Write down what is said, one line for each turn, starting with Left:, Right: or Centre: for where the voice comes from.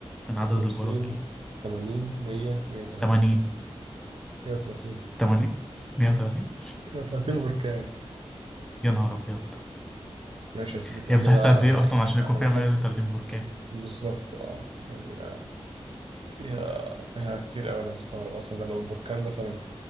Centre: من عدد
Right: 50
Centre: البراكين
Right: 80 100 130
Centre: 80
Right: 130
Centre: 80 130
Right: 130 بركان
Centre: يا نهار ابيض
Right: ماشي يا سيدي اسألني
Centre: هي مساحتها
Right: بقى
Centre: قد ايه اصلا عشان
Right: لا،
Centre: يكون
Right: أنا
Centre: فيها
Right: بحب
Centre: 130 بركة
Right: بالظبط أه يعني لا فيها فيها كتير أوي أنا مستغرب أصلا ده لو البركان مثلا